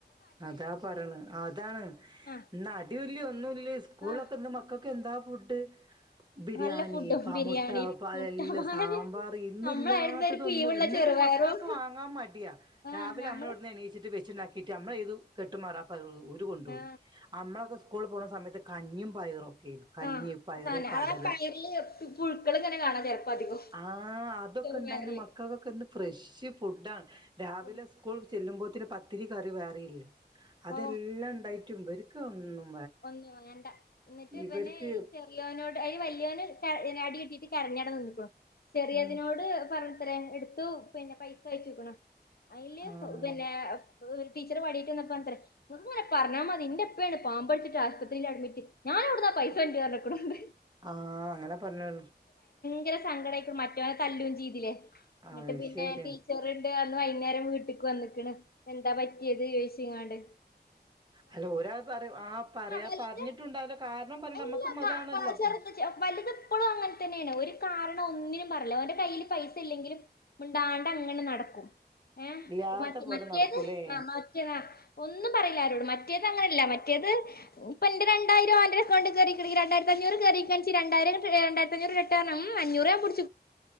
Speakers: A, on the right; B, on the left.
A: അതാ പറയണ് അതാണ്
B: ആ
A: ഇന്ന് അടിയൂല്യ ഒന്നൂല്യ സ്കൂളൊക്കെ
B: ആ
A: ഇന്ന് മക്കക്കെന്താ ഫുഡ് ബിരിയാണി
B: നല്ല ഫുഡും
A: പ
B: ബിരിയാണി
A: മുട്ട പാലെല്ലാം
B: മുട്ടപാല്
A: സാമ്പാർ ഇന്നില്ലാത്തതൊന്നുമില്ല
B: നമ്മളായിരുന്ന ഒരു പീവുള്ള
A: എന്നിട്ടും
B: ചെറുപയറും
A: മക്കൾക്ക് വാങ്ങാൻ മടിയാ
B: ആ
A: രാവിലെ
B: ഞമ്മള്
A: നമ്മളിവിടുന്ന് എണീച്ചിട്ട് വെച്ചിണ്ടാ നമ്മളിയെഴുത്തു കെട്ടും. <unintelligible> ഓര് കൊണ്ടു
B: ആ
A: ഓടി നമ്മളൊക്കെ സ്കൂൾ പോണ സമയത്ത്. കഞ്ഞിയും പയറും ഒക്കെയായിരുന്നു കഞ്ഞി
B: ആഹ്
A: പയറ്
B: സാരമില്ല
A: കടല
B: ആ പയറില് പുഴുക്കൾ ഇങ്ങനെ കാണാം ചിലപ്പോ അധികം.
A: ആഹ് അതൊക്കെ
B: ചെറുപയറില്
A: ഇണ്ടായിന് മക്കൾക്കൊക്കെ എന്ത് ഫ്രഷ് ഫുഡാണ് രാവിലെ
B: ആ
A: സ്കൂളിൽ. ചെല്ലുമ്പോത്തിന് പത്തിരി കറി വേറെയില്ലേ. അതെല്ലാം
B: ഓ
A: ഇണ്ടായി. പറ്റും ഇവരൊക്കൊന്നും.
B: ഒന്നും വേണ്ട എന്നിട്ട് ഇവനെ
A: ഇവർക്ക്
B: ഈ ചെറിയോനോട് എടി വല്യയോന്. ട്ട് ഇവൻ അടി കിട്ടിയിട്ട് കരഞ്ഞാണ്ട് നിൽക്കും. ചെറിയതിനോട്
A: ഉം
B: പറഞ്ഞ ഇത്ര എടുത്തു പിന്നെ പൈസ അയച്ചുക്കേണേ. അയില്
A: ആഹ്
B: പോ പിന്നെ. ഏഹ് ഒരു ടീച്ചർ വടിയായിട്ട് വന്നുപ്പോ കണ്ട്, ഒന്നും അല്ല പറഞ്ഞാൽ മതി എന്റെ ഉപ്പയാണ് പാമ്പ്. ആശുപത്രിയിൽ അഡ്മിറ്റ് ഞാനവിടെന്നാ പൈസ വാങ്ങിച്ചു പറഞ്ഞേക്കേണ്.
A: ആഹ് അങ്ങനെ പറഞ്ഞോ.
B: ഭയങ്കര സങ്കടായിട്ട് മറ്റോനെ തല്ലും ചെയ്തില്ലേ.
A: അത്
B: എന്നിട്ട് പിന്നെ
A: ശരി
B: ടീച്ചർണ്ട് വൈകുന്നേരം വീട്ടിക്ക് വന്ന്ക്കണ് എന്താ പറ്റിയത് ചോദിച്ചങ്ങാണ്ട്.
A: അല്ല ഒരാൾ പറയും ആ പറയാ
B: ആ വലുത്
A: പറഞ്ഞിട്ടുണ്ടാവല്ലോ കാരണം പറഞ്ഞ
B: അല്ല
A: നമ്മുക്കും
B: ക
A: അതാണല്ലോ
B: ക ചെ
A: ഇപ്പം
B: ചെറുത് വലുത് എപ്പോഴും അങ്ങനെ തന്നെയാണ് ഒരു കാ ഒന്നിനും പറയില്ല ഓന്റെ കയ്യിൽ പൈസ ഇല്ലെങ്കിലും മിണ്ടാണ്ടങ്ങനെ നടക്കും. ഏ
A: ഇല്ലാത്ത
B: മറ്റേ
A: പോലെ
B: മറ്റേത്
A: നടക്കൂലേ
B: ആ മറ്റേത് ഒന്നും പറയില്ല ആരോടും മറ്റേത് അങ്ങനെയ ഇല്ല മറ്റേത് ഇപ്പൊ എന്റെ രണ്ടായിരം ഓന്റെ അക്കൗണ്ടിൽ കേറിയിരിക്കണ് രണ്ടായിരത്തി അഞ്ഞൂറ് കേറികാണിച്ച് രണ്ടായിര രണ്ടായിരത്തഞ്ഞൂറ് റിട്ടേണും അഞ്ഞൂറ് ഞാൻ പി